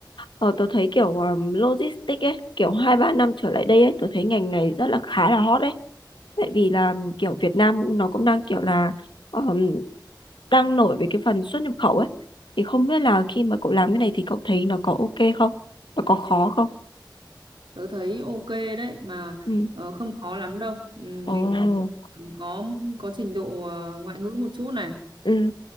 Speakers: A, on the left; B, on the right.
A: ờ tớ thấy kiểu ừm, logistics ấy kiểu hai ba năm trở lại đây ấy tớ thấy ngành này rất là khá là hot ấy tại vì là kiểu Việt Nam nó cũng đang kiểu là ờm, đang nổi về cái phần xuất nhập khẩu ấy thì không biết là khi mà cậu làm cái này thì cậu thấy nó có ok không nó có khó không
B: tớ thấy ok đấy mà
A: ừ
B: ờ, không khó lắm đâu ừ, mình
A: Ồ.
B: có có trình độ ờ, ngoại ngữ một chút này
A: ừ